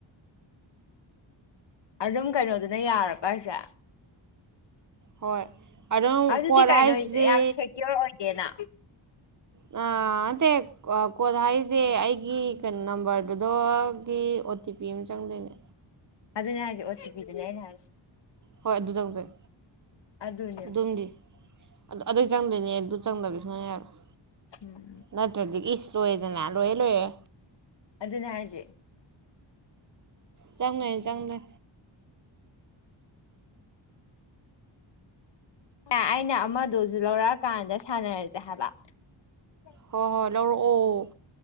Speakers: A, on the left; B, on the right.
A: ꯑꯗꯨꯝ ꯀꯩꯅꯣꯗꯨꯅ ꯌꯥꯔꯕꯥ ꯍꯥꯏꯁꯦ
B: ꯍꯣꯏ ꯑꯗꯨꯝ
A: ꯑꯗꯨꯗꯤ
B: ꯀꯣꯠ ꯍꯥꯏꯁꯦ
A: ꯀꯩꯅꯣ ꯌꯥꯝ ꯁꯦꯀ꯭ꯌꯣꯔ ꯑꯣꯏꯗꯦꯅ
B: ꯅꯟꯇꯦ ꯀꯣꯠ ꯍꯥꯏꯖꯤ ꯑꯩꯒꯤ ꯀꯩꯅꯣ ꯅꯝꯕꯔꯗꯨꯗꯒꯤ ꯑꯣ ꯇꯤ ꯄꯤ ꯑꯃ ꯆꯪꯗꯣꯏꯅꯦ
A: ꯑꯗꯨꯅꯦ ꯍꯥꯏꯁꯦ ꯑꯣ ꯇꯤ ꯄꯤ ꯗꯨꯅꯦ ꯑꯩꯅ ꯍꯥꯏꯁꯦ
B: ꯍꯣꯏ ꯑꯗꯨ ꯇꯧꯗꯣꯏ
A: ꯑꯗꯨꯅꯦꯕ
B: ꯑꯗꯨꯝꯗꯤ ꯑꯗꯨ ꯑꯗꯨ ꯆꯪꯗꯣꯏꯅꯦ ꯑꯗꯨ ꯆꯪꯗꯕꯗꯤ ꯁꯨꯌꯥ ꯌꯥꯔꯣꯏ
A: ꯎꯝ
B: ꯅꯠꯇ꯭ꯔꯗꯤ ꯏꯁ ꯂꯣꯏꯔꯦ <unintelligible> ꯂꯣꯏ ꯂꯩꯔꯦ
A: ꯑꯗꯨꯅꯦ ꯍꯥꯏꯖꯦ
B: ꯆꯪꯗꯣꯏꯅꯦ ꯆꯪꯗꯣꯏꯅꯦ
A: ꯑꯩꯅ ꯑꯃꯗꯨ ꯨ ꯂꯧꯔꯛꯑꯀꯥꯟꯗ ꯁꯥꯟꯅꯔ <unintelligible>
B: ꯍꯣꯏ ꯍꯣꯏ ꯂꯧꯔꯛꯑꯣ